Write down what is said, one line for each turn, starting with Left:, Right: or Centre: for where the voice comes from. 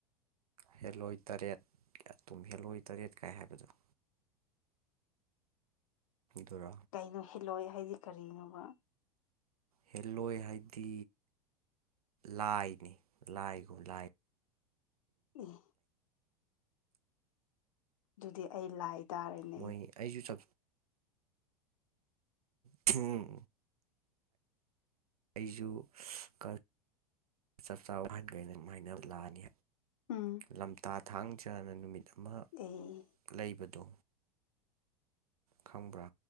Right: ꯍꯦꯜꯂꯣꯏ ꯇꯔꯦꯠ ꯑꯗꯨꯨꯝ ꯍꯦꯜꯂꯣꯏ ꯇꯔꯦꯠ ꯀꯥꯏ ꯍꯥꯏꯕꯗꯣ ꯔꯥ
Left: ꯀꯩꯅꯣ ꯍꯤꯜꯂꯣꯏ ꯍꯥꯏꯗꯤ ꯀꯔꯤꯅꯣꯕ
Right: ꯍꯦꯜꯂꯣꯏ ꯍꯥꯏꯗꯤ ꯂꯥꯏꯅꯤ ꯂꯥꯏꯒꯨꯝ ꯂꯥꯏ
Left: ꯎꯝ ꯑꯗꯨꯗꯤ ꯑꯩ ꯂꯥꯏ ꯇꯥꯔꯦꯅꯦ
Right: ꯃꯣꯏ ꯑꯩꯁꯨ ꯊꯝ ꯑꯩꯁꯨ ꯆꯞ ꯆꯥꯕ ꯋꯥꯍꯟꯈꯦꯅ ꯑꯗꯨꯃꯥꯏꯅ ꯂꯥꯛꯑꯅꯤ
Left: ꯎꯝ
Right: ꯂꯝꯇꯥ ꯊꯥꯡ ꯆꯥꯅ ꯅꯨꯃꯤꯠ ꯑꯃ
Left: ꯑꯩ
Right: ꯂꯩꯕꯗꯣ ꯈꯕ꯭ꯔꯥ